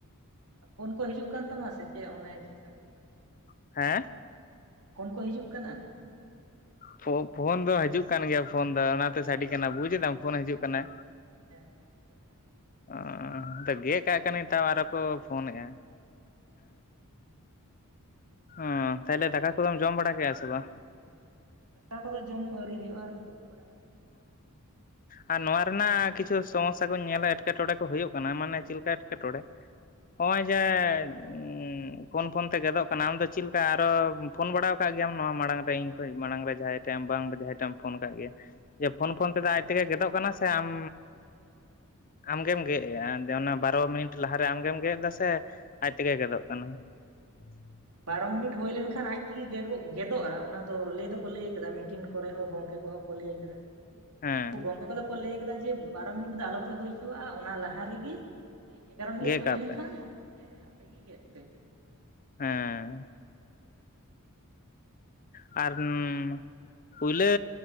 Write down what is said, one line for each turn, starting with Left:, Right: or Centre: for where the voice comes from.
Right: ᱯᱷᱳᱱ ᱠᱚ ᱦᱤᱡᱩᱜ ᱠᱟᱱ ᱛᱟᱢᱟ ᱥᱮ ᱪᱮᱜ ᱚᱱᱮ ᱪᱮ ᱥᱟᱰᱮ ᱠᱟᱱᱟ?
Left: ᱦᱮᱸ?
Right: ᱯᱷᱳᱱ ᱠᱚ ᱦᱤᱡᱩᱜ ᱠᱟᱱᱟ?
Left: ᱯᱷᱳᱜ - ᱯᱷᱳᱱ ᱫᱚ ᱦᱟᱹᱡᱩᱜ ᱠᱟᱱ ᱜᱮᱭᱟ ᱯᱷᱳᱱ ᱫᱚ ᱚᱱᱟᱛᱮ ᱥᱟᱰᱤ ᱠᱟᱱᱟ ᱵᱩᱡᱽ ᱮᱫᱟᱢ ᱯᱷᱳᱱ ᱦᱟᱹᱡᱩᱜ ᱠᱟᱱᱟ?
Right: ᱦᱮᱸ- ᱦᱮᱸ ᱵᱩᱡᱚᱜ ᱠᱟᱱ ᱜᱮᱭᱟ᱾
Left: ᱚᱸᱻ ᱜᱮ ᱠᱟᱜ ᱠᱟᱹᱱᱟᱹᱧ ᱛᱟᱣ ᱟᱨ ᱠᱚ ᱯᱷᱳᱱᱮᱜᱼᱟ᱾ ᱚᱸ ᱛᱟᱦᱞᱮ ᱫᱟᱠᱟ ᱠᱚᱫᱚᱢ ᱡᱚᱢ ᱵᱟᱲᱟ ᱠᱮᱜ - ᱟ ᱥᱮ ᱵᱟᱝ?
Right: ᱫᱟᱠᱟ ᱠᱚᱫᱚ ᱡᱚᱢ ᱟᱹᱣᱨᱤ ᱦᱩᱭᱩᱜᱼᱟ ᱛᱩᱯᱩ ᱵᱟᱲᱟ ᱠᱚᱼᱼ
Left: ᱚᱸᱻ ᱟᱨ ᱱᱚᱣᱟ
Right: ᱟᱢᱫᱚᱢ
Left: ᱨᱮᱱᱟᱜ
Right: ᱡᱚᱢ ᱟᱠᱟᱫᱟ
Left: ᱠᱤᱪᱷᱩᱥᱼᱼ
Right: ᱥᱮ ᱵᱟᱝ?
Left: ᱥᱚᱢᱚᱥᱥᱟ ᱠᱚᱧ ᱧᱮᱞᱟ ᱮᱴᱠᱮᱴᱚᱬᱮ ᱠᱚ ᱦᱩᱭᱩᱜ ᱠᱟᱱᱟ ᱢᱟᱱᱮ ᱪᱤᱞᱠᱟ ᱮᱴᱠᱮᱴᱚᱬᱮ? ᱚᱸᱭ ᱼ ᱡᱮᱻᱫ ᱩᱸ ᱯᱷᱳᱱ - ᱯᱷᱳᱱ ᱛᱮ ᱜᱮᱫᱚᱜ ᱠᱟᱱᱟ ᱟᱢ ᱫᱚ ᱪᱤᱞᱠᱟ ᱟᱨᱚ ᱯᱷᱳᱱ ᱵᱟᱲᱟᱣ ᱠᱟᱜ ᱜᱮᱭᱟᱢ ᱱᱚᱣᱟ ᱢᱟᱲᱟᱝ ᱨᱮ ᱤᱧ ᱠᱷᱚᱱ ᱢᱟᱲᱟᱝ ᱨᱮ ᱡᱟᱦᱟᱭ? ᱵᱟᱝ ᱵᱟᱰᱟᱭ ᱡᱟᱦᱟᱸᱭ ᱴᱮᱢ ᱯᱷᱳᱱ ᱠᱟᱜ ᱜᱮᱭᱟ ᱡᱮ ᱯᱷᱳᱱ - ᱯᱷᱳᱱ ᱛᱮᱫᱚ ᱟᱡ ᱛᱮᱜᱮ ᱜᱮᱫᱚᱜ ᱠᱟᱱᱟ ᱥᱮ ᱟᱻᱢ? ᱟᱢᱜᱮᱢ ᱜᱮᱜ ᱮᱼᱟ ᱚᱱᱟ ᱵᱟᱨᱚ ᱢᱤᱱᱤᱴ ᱞᱟᱦᱟᱨᱮ ᱟᱢᱜᱮᱢ ᱜᱮᱜ ᱮᱫᱟ ᱥᱮ ᱟᱡᱛᱮᱜᱮ ᱜᱮᱫᱚᱜ ᱠᱟᱱᱟ? ᱦᱩᱸ <unintelligible>
Right: ᱵᱟᱨᱚ ᱢᱤᱱᱤᱴ ᱦᱩᱭ ᱞᱮᱱᱠᱷᱟᱱ ᱟᱡ ᱛᱮᱜᱮ ᱜᱮᱫᱚᱜᱼᱟ ᱚᱱᱟ ᱫᱚ ᱞᱟᱹᱭ ᱫᱚᱠᱚ ᱞᱟᱹᱭ ᱟᱠᱟᱫᱟ ᱢᱤᱫᱴᱤᱱᱼᱼ ᱠᱚᱨᱮ ᱦᱚᱸ ᱜᱚᱝᱠᱮ ᱠᱚᱦᱚᱸ ᱠ ᱞᱤᱭ ᱟᱠᱟᱫᱟ᱾ ᱩᱱᱠᱩ
Left: ᱦᱮᱸ
Right: ᱜᱚᱝᱠᱮ ᱠᱚᱫᱚ ᱠᱚ ᱞᱟᱹᱭ ᱠᱟᱫᱟ ᱡᱮ ᱵᱟᱨᱚ ᱢᱤᱱᱤᱴ ᱫᱚ ᱟᱞᱚᱯᱮ ᱦᱩᱭ ᱦᱚᱪᱚᱣᱟᱜᱼᱟ ᱚᱱᱟ ᱞᱟᱦᱟ ᱨᱮᱜᱮᱼᱼ ᱳᱭ ᱮᱜᱟᱨᱚ ᱢᱤᱱᱤᱴ
Left: ᱜᱮᱫ
Right: ᱦᱩᱭ
Left: ᱠᱟᱜ
Right: ᱞᱮᱱ
Left: ᱯᱮ
Right: ᱠᱷᱟᱱ ᱦᱮᱸ ᱟᱯᱮᱜ ᱜᱮ ᱜᱮᱫ ᱯᱮ,
Left: ᱦᱮᱸᱻ ᱟᱨᱚᱻᱱ ᱯᱳᱭᱞᱟᱹ